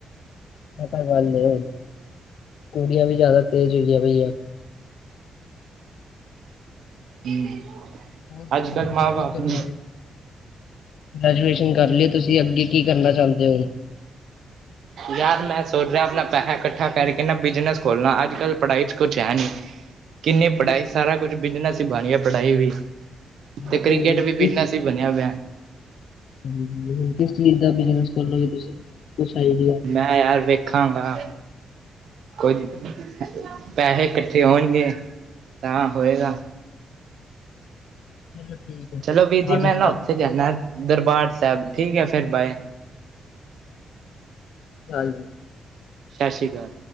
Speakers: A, on the left (about 70°); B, on the right (about 60°).
A: ਐ ਤਾਂ ਗੱਲ ਏ, ਕੁੜੀਆ ਵੀ ਜ਼ਿਆਦਾ ਤੇਜ਼ ਹੁੰਦੀਆਂ ਪਈਆ।
B: ਹੂੰ,
A: ਹੋਰ ਸੁਣਾਓ
B: ਅੱਜ-ਕੱਲ ਮਾਂ-ਬਾਪ
A: ਫਿਊਚਰ
B: ਨੂੰ
A: ਬਾਰੇ ਗ੍ਰੈਜੂਏਸ਼ਨ ਕਰ ਲੀਏ ਤੁਸੀਂ, ਅੱਗੇ ਕੀ ਕਰਨਾ ਚਾਹੁੰਦੇ ਹੋ?
B: ਯਾਰ ਮੈਂ ਸੋਚ ਰਿਹਾ, ਆਪਣਾ ਪੈਹਾ ਇਕੱਠਾ ਕਰਕੇ ਨਾਂ ਬਿਜਨਸ ਖੋਲਾਂ ਅੱਜ-ਕੱਲ ਪੜ੍ਹਾਈ 'ਚ ਕੁਝ ਹੈ ਨਹੀਂ। ਹ <inaudible> ਕਿੰਨੀ ਪੜ੍ਹਾਈ
A: ਕਿਸ ਕਿਸ
B: ਸਾਰਾ ਕੁਛ ਬਿਜਨਸ ਹੀ ਬਣ ਗਿਆ ਪੜ੍ਹਾਈ ਵੀ,
A: ਹਾਂਜੀ,
B: ਤੇ ਕ੍ਰਿਕੇਟ ਵੀ ਬਿਜਨਸ ਹੀ ਬਣਿਆ ਪਿਆਂ।
A: ਹੂੰ, ਕਿਸ ਚੀਜ਼ ਦਾ ਬਿਜਨਸ ਖੋਲੋਂਗੇ ਤੁਸੀਂ, ਕੁਛ ਆਈਡੀਆ?
B: ਮੈਂ ਯਾਰ, ਵੇਖਾਂਗਾ। ਕੋਈ ਨਹੀਂ, ਪੈਹੇ ਇਕੱਠੇ ਹੋਣਗੇ ਤਾਂ ਹੋਏਗਾ।
A: ਚਲੋ ਠੀਕ ਹੈ,
B: ਚਲੋ ਵੀਰ ਜੀ
A: ਬਾਅਦੀ'ਚ
B: ਮੈਂ ਨਾ ਉੱਥੇ ਜਾਣਾ ਦਰਬਾਰ ਸਾਹਿਬ ਠੀਕ ਹੈ, ਫਿਰ ਬਾਏ।
A: ਹਾਂਜੀ।
B: ਸਤ ਸ਼੍ਰੀ ਅਕਾਲ।